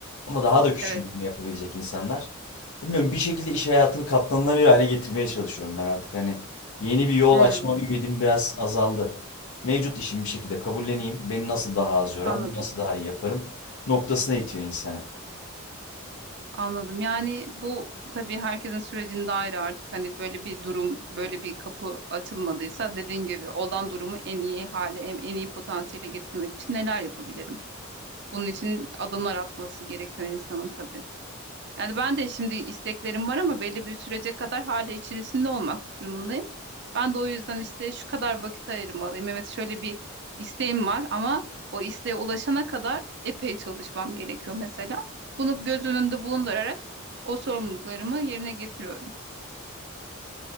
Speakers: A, on the left; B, on the right.
A: Ama daha da küçüldüğünü
B: Evet.
A: yapabilecek insanlar. Bilmiyorum bir şekilde iş hayatını katlanılabilir hale getirmeye çalışıyorum ben artık. Hani yeni bir yol
B: Hı,
A: açma ümidim biraz azaldı. Mevcut işimi bir şekilde kabulleneyim. Beni nasıl daha az yorar,
B: anladım.
A: bunu nasıl daha iyi yaparım noktasına itiyor insana.
B: Anladım. Yani bu tabii herkesin sürecinde ayrı artık. Hani böyle bir durum, böyle bir kapı açılmadıysa dediğin gibi olan durumu en iyi hale, en, en iyi potansiyele getirmek için neler yapabilirim? Bunun için adımlar atması gerekiyor insanın tabii. Yani ben de şimdi isteklerim var ama belli bir sürece kadar hala içerisinde olmak durumundayım. Ben de o yüzden işte şu kadar vakit ayırmalıyım. Evet şöyle bir isteğim var ama o isteğe ulaşana kadar epey çalışmam gerekiyor mesela. Bunu göz önünde bulundurarak o sorumluluklarımı yerine getiriyorum.